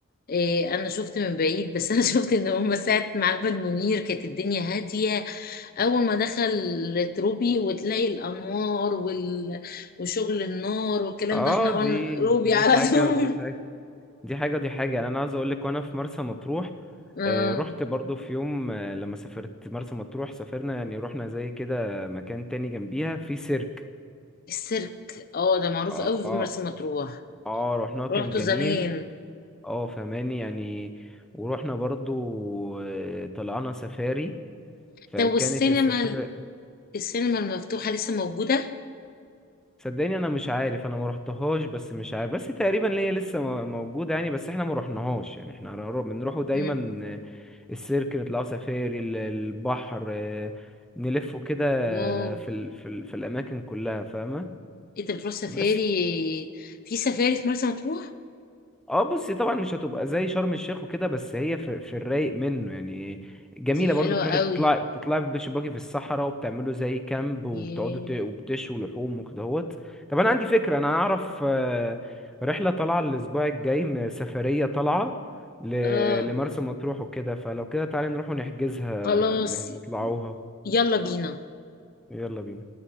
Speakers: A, on the left; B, in the centre.
A: إيه انا شفت من بعيد بس <laughs> انا شفت ان هم ساعه معبد منير كانت الدنيا هاديه اول ما دخل روبي وتلاقي الانوار وال... وشغل النار والكلام
B: اه
A: ده احنا
B: دي
A: قلنا روبي
B: دي
A: على
B: حاجه
A: طول
B: ودي حاجه دي حاجه ودي حاجه يعني انا عاوز اقول لك وانا في مرسى مطروح
A: <laughs> آه
B: آه، رحت برضو في يوم آه، لما سافرت مرسى مطروح سافرنا يعني رحنا زي كده مكان تاني جنبيها في سيرك
A: السيرك اه ده معروف
B: اه
A: قوي في
B: اه
A: مرسى مطروح
B: اه رحناه كان
A: روحته
B: جميل
A: زمان
B: اه فهماني يعني ورحنا برضو آه، طلعنا سفاري فكانت
A: طب والسينما
B: السفاري
A: السينما المفتوحه لسه موجوده
B: صدقني انا مش عارف انا ما رحتهاش بس مش عارف بس تقريبا ليا لسه مو- موجوده يعني بس احنا ما رحناهاش يعني احنا هنرو- بنروحوا دايما
A: مم.
B: آه، السيرك نطلعوا سفاري ال- البحر آه، نلفوا كده
A: واو
B: في ال في ال في الاماكن كلها فاهمه
A: انت بتروح سفاري
B: بس
A: في سفاري في مرسى مطروح
B: اه بصي طبعا مش هتبقى زي شرم الشيخ وكده بس هي في, في الرايق منه يعني جميله
A: دي حلوة
B: برضو بتروحي
A: قوي
B: تطلع تطلعي بتطلعي في بيتش باجي في الصحراء وبتعملوا زي كامب وبتقعدوا
A: ياه.
B: ت- وبتشوا لحوم وكدهوت طب انا عندي فكره انا اعرف آه، رحله طالعه الاسبوع الجاي م- سفريه طالعه ل-
A: اه
B: لمرسى مطروح وكده فلو كده تعالي نروح ونحجزها
A: خلاص
B: ن- نطلعوها
A: يلا بينا
B: يلا بينا